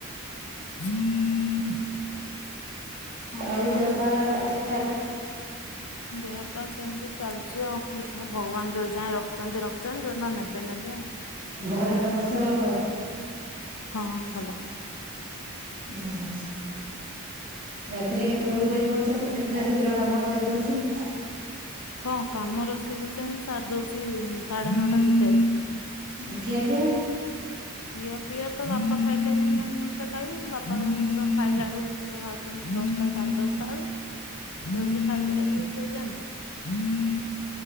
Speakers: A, on the left (about 80°); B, on the right (about 40°).
A: <inaudible>
B: ଆଉ ଦେହ ପା ସବୁ ଠିକ ଠାକ?
A: ଦେହ ପା ସେମତି ଚାଲିଚି ଆଉ। ଦେଖିଆ ଭଗବାନ ଯୋଉ ଯାଏ ରଖୁଛନ୍ତି ରଖୁଛନ୍ତି ଯୋଉ ଦିନ ନେବେ ନେବେ ନେବେ ଆଉ।
B: ଘରେ ସମସ୍ତେ ଭଲ?
A: ହଁ ଭଲ।
B: ଉ ହୁଁ ରାତିରେ କେତେବେଳୁ ଶୋଇପଡୁଛ କେତ କେତେଟା ଶୀଘ୍ର କାମ ସରିଯାଉଛି?
A: ହଁ କାମ ରୋଷେଇ ଫସେଇ ମୁଁ ସାରିଦୋଉଛି ସାଢେ ନଅଟା ଭିତରେ।
B: ଆ ଖିଆ ପିଆ?
A: ଖିଅ ପିଆ ତ ବାପା ଖାଇଲେ ଜାଇଙ୍କି ଆମେ ସମସ୍ତେ ଖାଇବୁ। ବାପା ଖାଇଲା ବେଳକୁ ସେ ଖାଉଛନ୍ତି ଦଶଟା ସାଢ଼େ ଦଶଟା ବେଳୁ। ଜଲ୍ଦୀ ଖାଇଦେଲେ ଟିକେ ଶୋଇଯାଆନ୍ତୁ।